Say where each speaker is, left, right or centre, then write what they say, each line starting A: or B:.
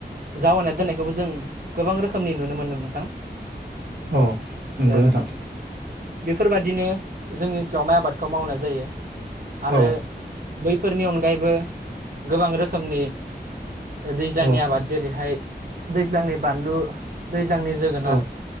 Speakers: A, on the right; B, on the right.
A: जावायना दोननायखौबो जों गोबां रोखोमनि नुनो मोनदों नोंथां
B: अ नंगौ
A: ओ
B: नोंथां
A: बेफोरबा दिनो जोंनि ओनसोलाव माइ आबादखौ मावनाय जायो आरो
B: औ
A: बैफोरनि अनगायैबो गोबां रोखोमनि ओ दैज्लांनि
B: औ
A: आबाद जेरैहाय दैज्लांनि बानलु दैज्लांनि जोगोनार
B: औ